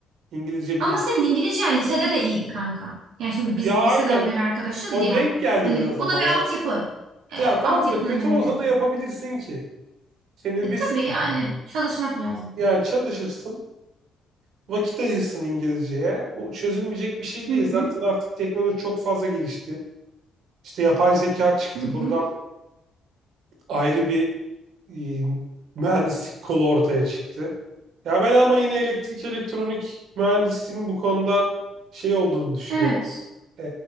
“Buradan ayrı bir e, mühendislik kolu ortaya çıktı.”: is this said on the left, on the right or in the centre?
Right